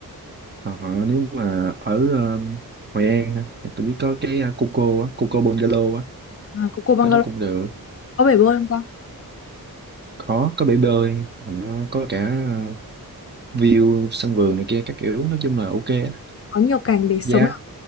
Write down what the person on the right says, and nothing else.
Ờ, nếu mà ở ờ, Hội An á, thì tôi biết có cái ờ, Coco á, Coco Bungalow á,
cái đó cũng được.
Có có bể bơi, mà nó có cả ờ, view sân vườn này kia các kiểu, nói chung là ok á.
Giá